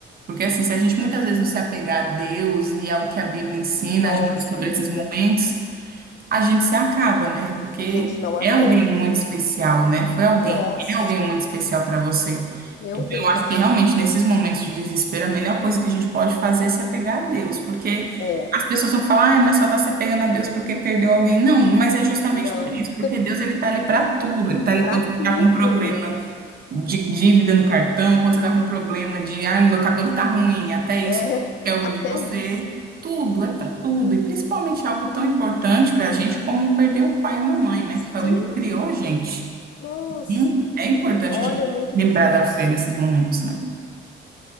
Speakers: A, on the right; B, on the left.
A: Porque assim, se a gente muitas vezes não se apegar a Deus e ao que a Bíblia ensina
B: Nossa,
A: a gente sobre
B: amiga,
A: esses momentos, a gente se acaba, né? Porque
B: gente não aguenta,
A: é alguém muito
B: viu?
A: especial, né? Foi alguém,
B: Nossa,
A: é alguém muito especial para você.
B: meu
A: Então,
B: Deus.
A: eu acho que realmente nesses momentos de desespero, a melhor coisa que a gente pode fazer é se apegar a Deus, porque
B: É,
A: as pessoas vão falar, ah, mas só tá se apegando a Deus porque perdeu alguém. Não, mas é justamente
B: não,
A: por isso, porque Deus ele tá ali para tudo, ele tá ali
B: para
A: quando você
B: tudo.
A: tá com problema de dívida no cartão, quando você tá com problema de, ah, meu cabelo tá ruim, até isso
B: É,
A: quer ouvir
B: até
A: de você.
B: isso.
A: Tudo, é pra tudo. E principalmente algo tão importante pra gente como perder um pai e uma mãe, né?
B: Sim,
A: Que foi alguém que criou a gente.
B: nossa,
A: Hum, É importante
B: olha,
A: a gente
B: é muito
A: lembrar
B: difícil.
A: da fé nesses momentos, né?